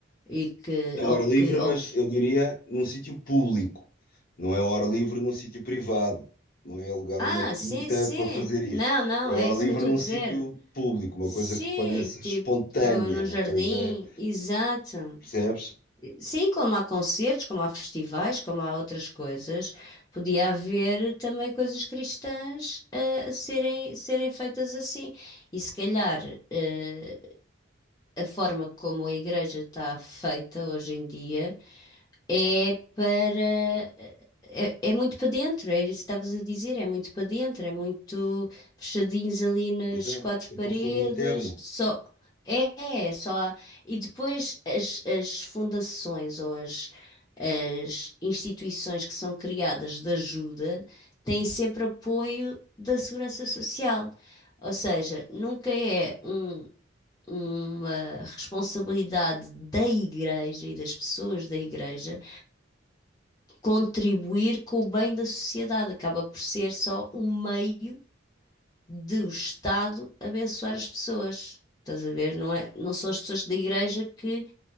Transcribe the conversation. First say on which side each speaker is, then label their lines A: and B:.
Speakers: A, on the left (about 20°); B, on the left (about 45°).
A: e que
B: É hora
A: ou que
B: livre, mas eu diria num sítio público. Não é hora livre num sítio privado. Não é alugar
A: Ah,
B: uma quinta
A: sim, sim.
B: para fazer isso.
A: Não, não,
B: É hora
A: é isso
B: livre
A: que eu estou
B: num
A: a dizer.
B: sítio público, uma
A: Sim,
B: coisa que pareça
A: tipo,
B: espontânea,
A: no
B: uma
A: jardim,
B: coisa,
A: exato.
B: percebes?
A: Sim, como há concertos, como há festivais, como há outras coisas, podia haver também coisas cristãs eh, a serem, serem feitas assim. E se calhar eh, a forma como a igreja está feita hoje em dia é para. É, é muito para dentro, é isso que estavas a dizer, é muito para dentro, é muito fechadinhos ali nas
B: Exato,
A: quatro
B: o
A: paredes,
B: consumo interno.
A: só. É, é é só. E depois as, as fundações ou as, as instituições que são criadas de ajuda têm sempre apoio da Segurança Social. Ou seja, nunca é um- uma responsabilidade da igreja e das pessoas da igreja contribuir com o bem da sociedade. Acaba por ser só um meio de o Estado abençoar as pessoas. Estás a ver? Não é, não são as pessoas da igreja que